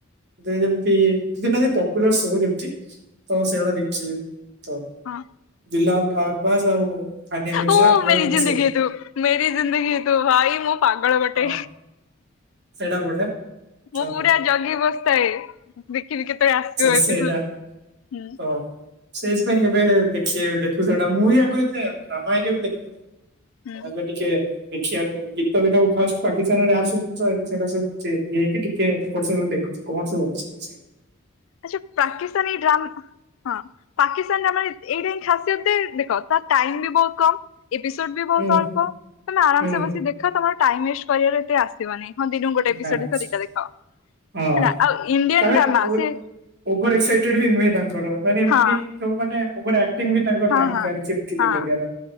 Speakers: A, on the right; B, on the left.
A: ଦେ ଯେମତି ଦି ପପୁଲାର ଶୋ ଯେମତି ତ ସେଇଗୁଡା ଦେଖିଛି। ହ
B: ହଁ
A: ଦିଲଲ ଅବାଜ ଆଉ। ଆନିଆ ମିର୍ଜା
B: ଓ
A: ଏଇମାନଙ୍କ
B: ମେରି ଜିନ୍ଦଗି
A: ସହିତ
B: ହେ ତୁ ମେରି ଜିନ୍ଦଗୀ ହେ ତୁ। ଭାଇ ମୁଁ ପାଗଳ ଗୋଟେ।
A: ହଁ ହଁ ସେଇଟା ବଢିଆ ତାପରେ
B: ମୁଁ ପୁରା ଜଗି ବସିଥାଏ ଦେଖିବି କେତେବେଳେ ଆସିବ
A: ତ
B: ଏପିସୋ
A: ସେଇଟା
B: ହୁଁ।
A: ତ ସେଇଥିପାଇଁ ଏବେ ଦେଖ ଦେଖୁ ସେଟା ମୁଁ ବି ଆଗରୁତେ ଡ୍ରାମା ଆଜ୍ ବି ଦେଖୁନଥିଲି।
B: ହୁଁ
A: ଏବେ ଟିକେ ଦେଖିବାକୁ ଗୀତ ଫିତ ଫାଷ୍ଟ ପାକିସ୍ତାନରେ ଆସୁନ ତ ଏବେ ସେଇଟା ସୁଛି। ଇଏ ହେଇକି ଟିକେ ଏପଟ ସବୁ ଦେଖୁଛି କଣ ସବୁ ଅଛିଇ।
B: ଆଛା ପାକିସ୍ତାନ ଡ୍ରାମ ହଁ ପାକିସ୍ତାନ ଡ୍ରାମ ଏଇଟା ହିଁ ଖାସିତ। ତେ ଦେଖ ତ ଟାଇମ ବି ବହୁତ କମ୍ ଏପିସୋଡ ବି ବହୁତ
A: ହୁଁ
B: ଅଳ୍ପ ତମେ ଆରାମସେ
A: ହୁଁ
B: ବସି ଦେଖ ତମର ଟାଇମ ୱେଷ୍ଟ କରିବାରେ ଏତେ ଆସିବନି। ହଁ ଦିନ କୁ ଗୋଟେ ଏପିସୋଡ
A: ନାଇଁ ସେ
B: ଦିଟା ଦେଖ
A: ହଁ
B: ହେଲା ଆଉ ଇଣ୍ଡିଆନ
A: ତାପରେ
B: ଡ୍ରାମା ସେ
A: ଓଭର ଏକ୍ସାଇଟେଡ ବି ନୁହେଁ ତାଙ୍କର ମାନେ ଏମତି
B: ହଁ
A: ଯୋଉ ମାନେ ଓଭରରିୟା ଟିଙ୍ଗି ତାଙ୍କର
B: ହଁ
A: ନାହିଁ
B: ହଁ
A: ଚାରି ଚେମତି
B: ହଁ
A: ଇଏ କରିବାର